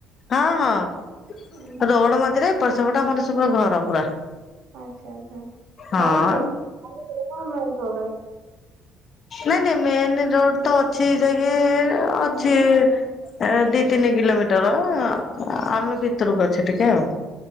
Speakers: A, on the left; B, on the right.
A: ହଁ ହଁ
B: ଉଁ ହୁଁ
A: ରୋଡ୍ ମଝିରେ ଏପଟ ସେପଟ ଆମର ସବୁ ଘର ପୁରା।
B: ଆଛା ଆଚ୍ଛା
A: ହଁ
B: ଗାଈ କେତେ <unintelligible> ମେନ୍ ରୋଡ ରେ
A: ନାଇଁ ନାଇଁ ମେନ୍ ରୋଡ ତ ଅଛି ଯାଇକି ଅଛି ଏ ଦି ତିନି କିଲୋମିଟର। ଆମେ ଭିତରକୁ ଅଛୁ ଟିକେ ଆଉ।